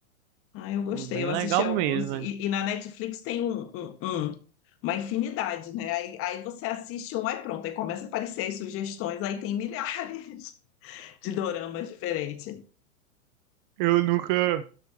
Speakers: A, on the left; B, on the right.
A: Ah, eu gostei.
B: "Hum, Bem
A: Eu
B: legal
A: assisti alguns.
B: mesmo.
A: E,
B: né?"
A: e na Netflix tem um, um- um- uma infinidade, né? Aí, aí você assiste um, aí pronto. Aí começa a aparecer as sugestões. Aí tem milhares <laughs> de doramas diferentes.
B: Eu nunca,